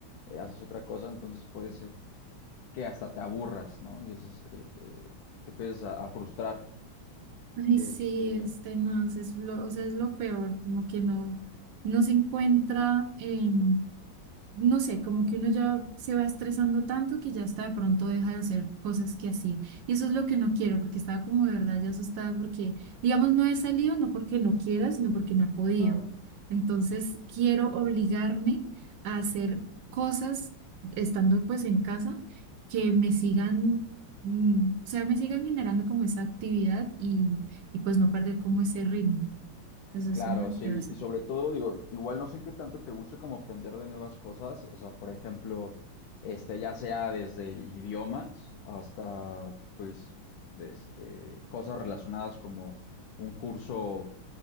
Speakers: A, on the left; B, on the right.
A: eh, haces otra cosa, entonces puede ser que hasta te aburras, ¿no? Y eso es, eh, eh, te empiezas a, a frustrar.
B: Ay,
A: Este,
B: sí, este, no, es lo, o sea, es lo peor, como que no, no se encuentra, eh, no sé, como que uno ya se va estresando tanto que ya hasta de pronto deja de hacer cosas que hacía. Y eso es lo que no quiero, porque estaba como de verdad ya asustada porque, digamos, no he salido, no porque no quiera, sino porque no he podido.
A: claro.
B: Entonces, quiero obligarme a hacer cosas estando pues en casa que me sigan, mm, o sea, me sigan generando como esa actividad y, y pues no perder como ese ritmo. Eso
A: Claro,
B: es como lo que
A: sí,
B: quiero hacer.
A: y sobre todo, digo, igual no sé qué tanto te gusta como aprender de nuevas cosas, o sea, por ejemplo, este, ya sea desde idiomas hasta, pues, este, cosas relacionadas como un curso